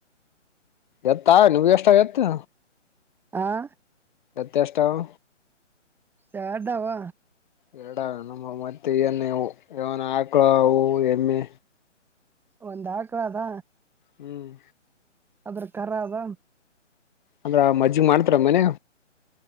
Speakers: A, on the left; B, in the centre.
A: ಎತ್ತಾ ನೀ್ ಎಷ್ಟ ಎತ್ತು
B: ಆಾ
A: ಎತ್ ಇಷ್ಟಾವ್
B: ಸ್ಯಾಡಾವ
A: ಎರಡ ನ ಮತ್ತೆ ಏನ್ ನ ಆಕಳ ಹೂವು ಎಮ್ಮೆ
B: ಒಂದ್ ಹಾಕುವ ಅದಾ
A: ಹ್ಮ್
B: ಅದ್ರ ಖರ ಅದ
A: ಅಂದ್ರ ಮಜ್ಜಿಗೆ ಮಾಡ್ತಾರ ಮನೆ